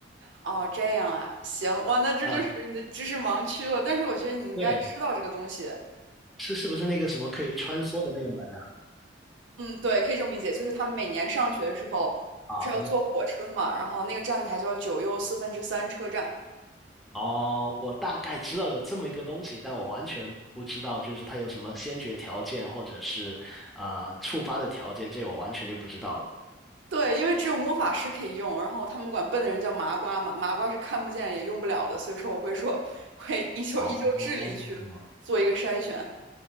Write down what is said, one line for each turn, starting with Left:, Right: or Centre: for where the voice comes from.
Right: 哦，这样啊，行，哇，那这就属于你的知识盲区了。
Centre: 啊，
Right: 但是我觉得你应该知道这个东西。
Centre: 对，是是不是那个什么可以穿梭的那个门啊？
Right: 嗯，对，可以这么理解，就是他们每年上学的时候，
Centre: 啊，
Right: 不是要坐火车嘛，然后那个站台叫九又四分之三车站。
Centre: 哦，我大概知道有这么一个东西，但我完全不知道就是它有什么先决条件或者是呃触发的条件，这我完全就不知道了。
Right: 对，因为只有魔法师可以用，然后他们管笨的人叫麻瓜嘛，麻瓜是看不见也用不了的，所以说我会说会依旧依旧智力去做一个筛选。
Centre: 哦，